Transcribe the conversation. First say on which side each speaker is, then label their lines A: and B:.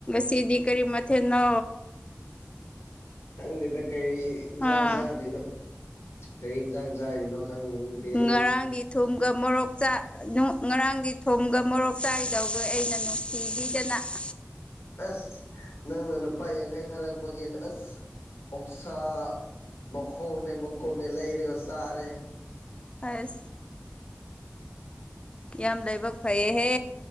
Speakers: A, on the left; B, on the left.
A: ꯁꯤꯗꯤ ꯀꯔꯤ ꯃꯊ ꯅ
B: ꯈꯪꯗꯦꯗ ꯀꯔꯤ ꯏꯟꯁꯥꯡ
A: ꯑꯥ
B: ꯆꯥꯗꯣꯏꯅꯣ ꯀꯔꯤ ꯏꯟꯁꯥꯡ ꯆꯥꯔꯤꯅꯣ ꯈꯪꯗꯦ
A: ꯉꯔꯥꯡꯗꯤ ꯊꯨꯝꯒ ꯃꯣꯔꯣꯛ ꯆꯥꯛ ꯉꯔꯥꯡꯗꯤ ꯊꯨꯝꯒ ꯃꯣꯔꯣꯛ ꯆꯥꯈꯤꯗꯧꯕ ꯑꯩꯅ ꯅꯨꯡꯁꯤꯕꯤꯗꯅ <inaudible>
B: ꯑꯁ ꯅꯪꯅ ꯂꯨꯄꯥ ꯌꯥꯡꯈꯩ ꯊꯥꯔꯛꯄꯒꯤ ꯑꯁ ꯑꯣꯛꯁꯥ ꯃꯈꯣꯛꯅꯦ ꯃꯀꯣꯛꯅꯦ ꯂꯩꯔꯒ ꯆꯥꯔꯦ
A: ꯑꯁ ꯌꯥꯝ ꯂꯥꯏꯕꯛ ꯐꯩꯌꯦꯍꯦ